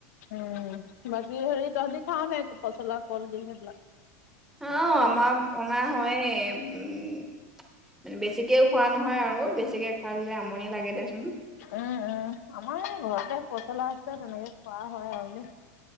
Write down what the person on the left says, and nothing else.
উম বাকী হেৰি তহঁতি খাৱ নাই পচলা, কলডিল সেইবিলাক?
উম উম আমাৰ ঘৰতে পচলা আছে, তেনেকে খোৱা হয় আৰু।